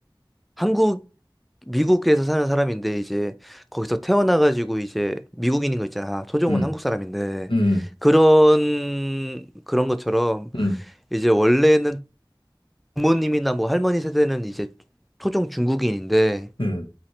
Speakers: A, in the centre; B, on the left.
A: 한국, 미국에서 사는 사람인데, 이제, 거기서 태어나가지고, 이제, 미국인인 거 있잖아. 토종은
B: 음,
A: 한국 사람인데.
B: 음,
A: 그런, 그런 것처럼,
B: 음,
A: 이제, 원래는 부모님이나 뭐 할머니 세대는 이제, 토종 중국인인데,
B: 음,